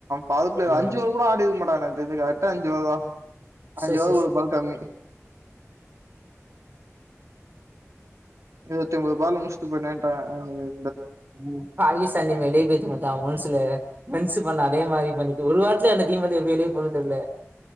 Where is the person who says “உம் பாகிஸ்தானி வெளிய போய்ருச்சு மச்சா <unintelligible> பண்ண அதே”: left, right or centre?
Right